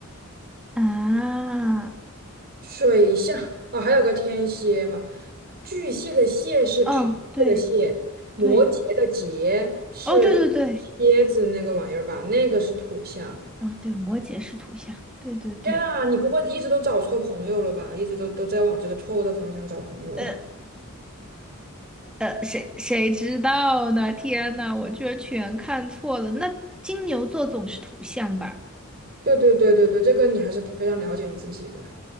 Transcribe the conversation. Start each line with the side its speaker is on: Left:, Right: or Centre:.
Centre: 啊，
Right: 水象哦，还有个天蝎嘛，巨蟹的蟹是螃蟹的蟹，
Centre: 哦，对
Right: 摩羯的羯是
Centre: 对，哦，对对对，
Right: 蝎子那个玩意儿吧？那个是土象。
Centre: 哦对，摩羯是土象，对对对，
Right: 天呐，你不会一直都找错朋友了吧？一直都都在往这个错误的方向找朋友。
Centre: 呃。
Right: <laughs>
Centre: 呃，谁谁知道呢？天呐，我居然全看错了。那金牛座总是土象吧？
Right: 对对对对对，这个你还是非非常了解你自己的。